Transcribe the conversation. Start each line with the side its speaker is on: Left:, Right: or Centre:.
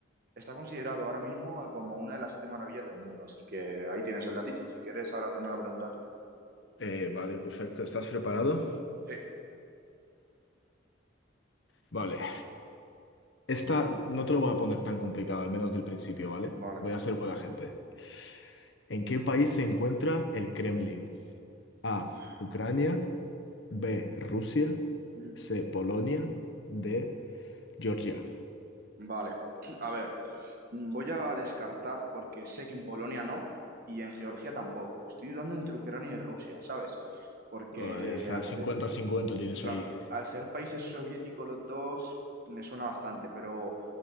Right: Está considerado ahora mismo como una de las siete maravillas del mundo, así que ahí tienes el datito. Si quieres ahora hacerme la pregunta tú.
Left: Eh, vale, perfecto. ¿Estás preparado?
Right: Sí,
Left: Vale. Esta no te lo voy a poner tan complicada, al menos del principio, ¿vale?
Right: vale.
Left: Voy a ser buena gente. ¿En qué país se encuentra el Kremlin? A.
Right: Uf.
Left: Ucrania. B. Rusia.
Right: Mm,
Left: C. Polonia. D. Georgia.
Right: Vale, <clears throat> a ver, mm, voy a descartar porque sé que en Polonia no y en Georgia tampoco. Estoy dudando entre Ucrania y Rusia, ¿sabes? Porque
Left: Vale, esa
Right: al
Left: cincuenta-cincuenta
Right: ser
Left: tienes
Right: Claro,
Left: ahí.
Right: al ser países soviéticos los dos, me suena bastante, pero